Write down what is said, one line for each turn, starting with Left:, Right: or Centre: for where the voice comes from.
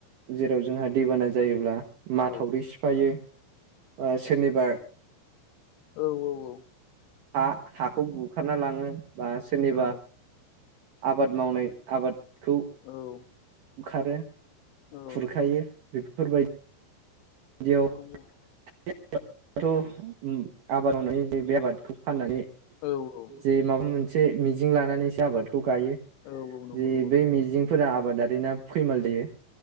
Right: जेराव जोंहा दैबाना जायोब्ला माथावरि
Left: औ
Right: सिफायो। ओ सोरनिबा
Left: औ औ औ।
Right: हा-हाखौ बुखारना लाङो। बा सोरनिबा
Left: औ
Right: आबाद मावनाय आबादखौ
Left: औ।
Right: बुखारो
Left: औ
Right: खुरखायो बेफोरबायदि दियाव
Left: <unintelligible>
Right: <inaudible>
Left: औ औ।
Right: जे माबा मोनसे मिजिं लानानैसो आबादखौ गायो
Left: औ औ नंगौ
Right: जे
Left: नंगौ नोंथां
Right: बे मिजिं फोरा आबादारिना फैमाल जायो।